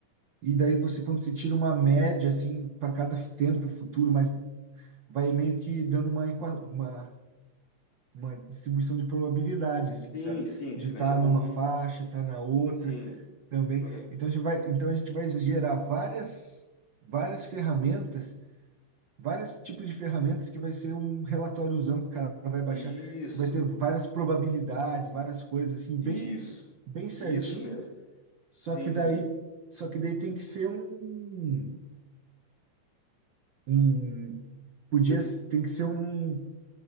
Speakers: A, on the right (about 70°); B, on the left (about 60°).
A: E daí você, quando você tira uma média, assim, para cada tempo futuro, mas vai meio que dando uma, equa- uma, uma distribuição de probabilidade, assim,
B: Sim,
A: sabe?
B: sim.
A: De
B: Você
A: estar
B: vai gerar
A: numa
B: um.
A: faixa, estar na outra
B: Sim.
A: também.
B: Eu tô re-
A: Então a gente vai, então a gente vai gerar várias, várias ferramentas, vários tipos de ferramentas que vai ser um relatóriozão que o cara vai baixar,
B: Isso.
A: que vai ter várias probabilidades, várias coisas, assim,
B: Isso.
A: bem, bem certinho.
B: Isso mesmo.
A: Só
B: Sim,
A: que daí,
B: sim.
A: só que daí tem que ser um. um
B: Vai
A: podia
B: que-
A: tem que ser um